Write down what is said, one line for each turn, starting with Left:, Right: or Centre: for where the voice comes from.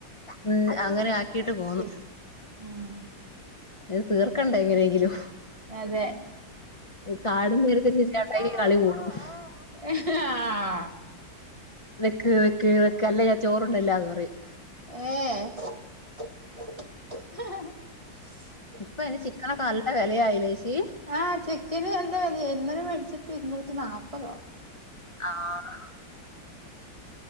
Left: ഉം അങ്ങനെ ആക്കിട്ട്
Right: അത്ശരി
Left: പോന്നു
Right: ഉം
Left: ഇത് തീർക്കണ്ടേ എങ്ങനെയെങ്കിലും
Right: അതെ
Left: കാടന്ന് <unintelligible> <unintelligible>
Right: <unintelligible> ആഹ്
Left: നിക്ക് നിക്ക് നിക്ക് അല്ല ഞ ചോറ്ണ്ണ്ല്ല പറയും
Right: എഹ്
Left: ഇപ്പൊ അയ്ന് ചിക്കനൊക്കെ നല്ല വെല ആയിലേച്ചി
Right: ആഹ് ചിക്കന് വല്ല വലെ ആയി ഇന്നലെ മേടിച്ചിപ്പോ ഇരുന്നൂറ്റി നാല്പ്തോ
Left: ആഹ്